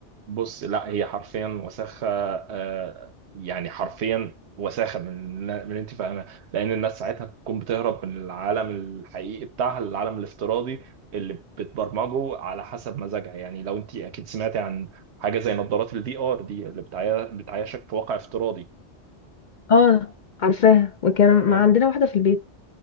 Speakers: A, on the right (about 70°); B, on the left (about 50°).
A: بص لا هي حرفيا وساخة آه، يعني حرفيا وساخة من من اللي انت فاهمها لأن الناس ساعتها بتكون بتهرب من العالم الحقيقي بتاعها للعالم الافتراضي اللي بتبرمجه على حسب مزاجها يعني لو انت أكيد سمعتي عن حاجة زي نظارات الفي ار دي اللي بتعي- بتعيشك في واقع افتراضي
B: اه عارفاها وكان
A: تمام؟
B: ما عندنا واحده في البيت